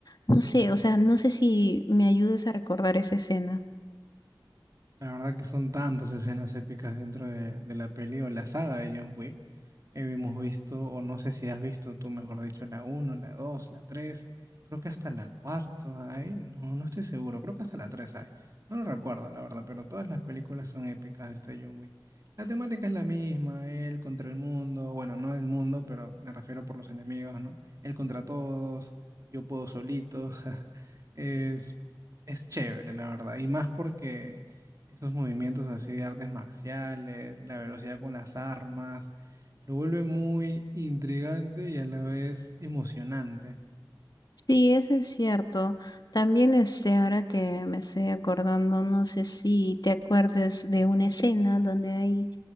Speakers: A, on the left; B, on the right.
A: No sé, o sea, no sé si me ayudes a recordar esa escena.
B: La verdad que son tantas escenas épicas dentro de, de la peli o la saga de John Wick. Hemos visto, o no sé si has visto tú, mejor dicho, la uno la dos la tres creo que hasta la cuarta hay, no, no estoy seguro, creo que hasta la 3 hay, no lo recuerdo la verdad, pero todas las películas son épicas de este John Wick. La temática es la misma, él contra el mundo, bueno, no el mundo, pero me refiero por los enemigos, ¿no? Él contra todos, yo puedo solito, <laughs> es, es chévere, la verdad, y más porque... Esos movimientos así de artes marciales, la velocidad con las armas, lo vuelve muy intrigante y a la vez emocionante.
A: Sí, eso es cierto. También este, ahora que me estoy acordando, no sé si te acuerdes de una escena donde hay,